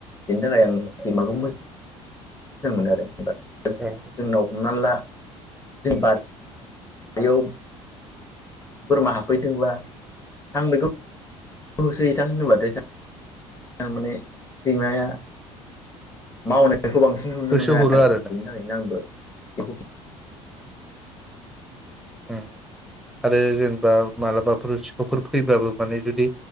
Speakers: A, on the left; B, in the centre.
A: बेनि थाखाय आं सैमाखौ मोजां मोजां मोनो आरो
B: औ
A: जोंनाव हमनानै ला जों बार आव बोरमा हाबफैदोंब्ला थां बेखौ होसोहैथां होनोबाथायमाने सैमाया मावनाय बेखौ बांसिन नुनो
B: होसो
A: मोनो
B: हरो
A: आरो बेनि
B: ना
A: थाखायनो आंबो <inaudible>
B: ओं ओं आरो जोंबा मालाबाफोर सिखावफोर फैबाबो माने जुदि